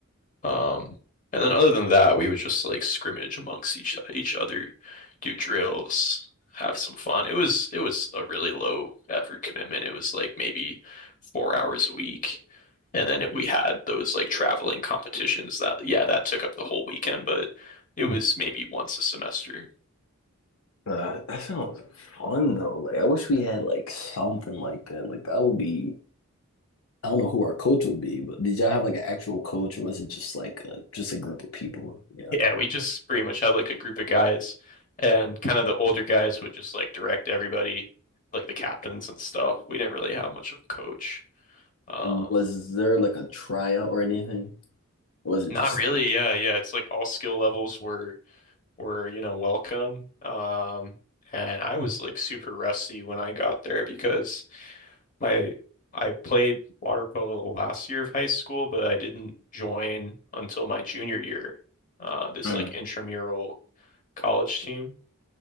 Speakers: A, on the left; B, on the left.
A: Um, and then other than that, we would just like scrimmage amongst each each other, do drills, have some fun. It was it was a really low effort commitment. It was like maybe four hours a week. And then we had those like traveling competitions that yeah, that took up the whole weekend, but it was maybe once a semester.
B: Uh, that sounds fun though. Like I wish we had like something like that. Like that would be I don't know who our coach would be, but did y'all have like an actual coach or was it just like a just a group of people? Yeah.
A: Yeah, we just pretty much had like a group of guys and kind of the older guys would just like direct everybody, like the captains and stuff. We didn't really have much of a coach. Um
B: And Was there like a tryout or anything? Or was it
A: Not
B: just
A: really.
B: like
A: Yeah, yeah. It's like all skill levels were were, you know, welcome. Um, and I was like super rusty when I got there because my I played water polo the last year of high school, but I didn't join until my junior year. Uh, this
B: Mhm.
A: like intramural college team.